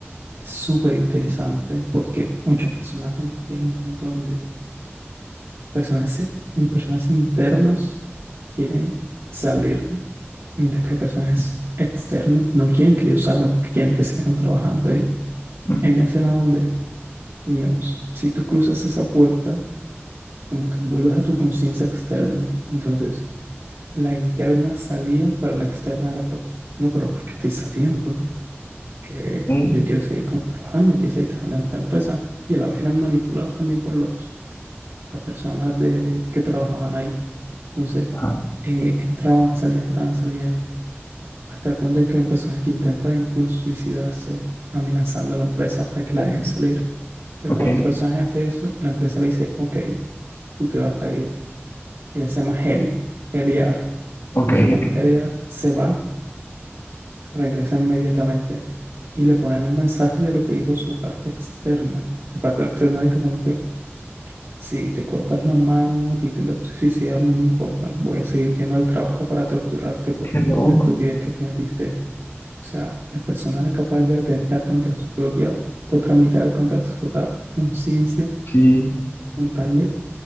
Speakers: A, on the right; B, on the left.
A: Es súper interesante porque muchos personajes llegan a un punto donde personajes, personajes internos quieren salir, mientras que los personajes externos no quieren que ellos salgan porque quieren que sigan trabajando ahí.
B: Ujú.
A: Hay una escena donde, digamos, si tú cruzas esa puerta, como que vuelves a tu conciencia externa. Entonces, la interna salía, pero la externa era, pero, no, pero ¿por qué estoy saliendo? Que
B: Ok,
A: yo quiero seguir como trabajando, quiero seguir trabajando en esta empresa. Y a la vez eran manipulados también por los, las personas de, que trabajaban ahí. Entonces,
B: Ajá.
A: eh, entraban, salían, entraban, salían. hasta el punto en que hay un personaje que intenta de incluso suicidarse amenazando a la empresa para que la
B: Uh,
A: dejen salir. Entonces,
B: Ok,
A: cuando este personaje hace eso, la empresa le dice, ok, tú te vas a ir. Ella se llama Heli, Heliar.
B: ok,
A: Entonces, cuando
B: ok.
A: Heliar se va, regresa inmediatamente y le ponen un mensaje de lo que dijo su parte externa. La parte externa dijo como que, si te cortas la mano, te intentas suicidar, no me importa, voy a seguir yendo al trabajo para torturarte por
B: Qué loco.
A: la estupidez que cometiste O sea, la persona era capaz de atentar contra su propia otra mitad, contra su otra conciencia,
B: Sí.
A: con tal de, o